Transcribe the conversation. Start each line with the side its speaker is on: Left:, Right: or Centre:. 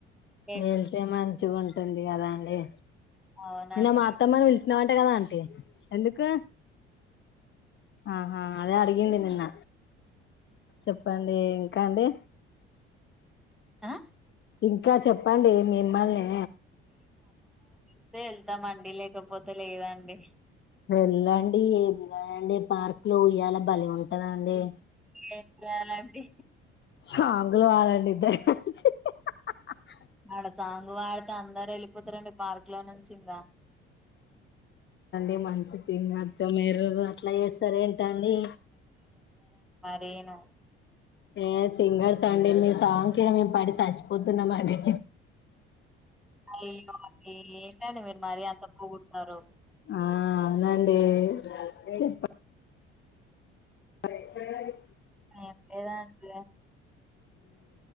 Centre: రేపు
Left: వెళ్తే మంచి ఉంటుంది కదా అండి
Centre: అవునండి
Left: అయినా మా అత్తమ్మని పిలిచినామంటే కదా అంటీ ఎందుకు ఆహా అదే అడిగింది నిన్న చెప్పండి ఇంకా అండి
Centre: ఆ
Left: ఇంకా చెప్పండి మిమ్మల్ని
Centre: ళ్తే వెళ్తామండి లేకపోతే లేదండి
Left: వెళ్ళండి ఏండి పార్క్ లో ఉయ్యాల బలే ఉం దండి
Centre: ఏం చేయాలండి
Left: ఫ <unintelligible>
Centre: ఆడ సాంగ్ వాడితే అందరు వెళ్ళిపోతారండి పార్క్ లో నుంచి ఇంకా
Left: అండి మంచి సింగార్స మేరు అట్లా చేస్తారు ఏంటండి
Centre: నేను
Left: ఏ సింగర్స్ అండి. మీ సాంగ్ కిడ మేము పడి చచ్చిపోతున్నాం అండి.
Centre: అయ్యో అ ఏంటండి మీరు మరీ అంత పొగుడుతురు
Left: ఆ అవునండి చెప్ మరి ఏం చెప్తాయి
Centre: ఏం లేదండి